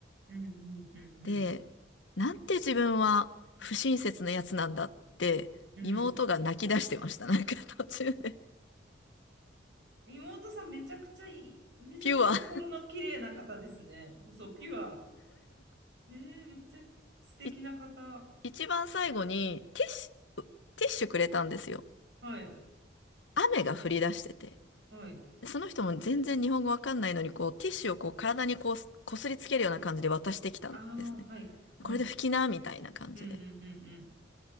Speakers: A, on the right; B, on the left.
A: うん、うん、うん、
B: で、
A: うん。
B: なんて自分は不親切なやつなんだって妹が泣き出してました。
A: うん
B: なんか途中で。
A: 妹さんめちゃくちゃいい、めちゃくちゃ心の綺麗な方ですね。
B: ピュア。
A: そう、ピュア。えー、めっちゃ素敵な方。
B: い一番最後にティッシュ、ティッシュくれたんですよ。
A: はい、
B: 雨が降り出してて。
A: はい。
B: その人も全然日本語わかんないのに、こう、ティッシュをこう、体にこう、こすりつけるような感じで渡してきたんですね。
A: ああ、はい、はい。
B: これで拭きな、みたいな感じで。
A: うんうんうんうん。